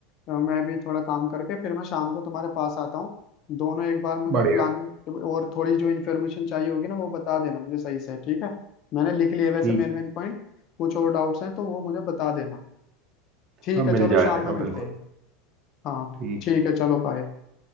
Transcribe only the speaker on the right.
बढ़िया
ठीक
है
हाँ, मिल
जाएगा
बिल्कुल
ठीक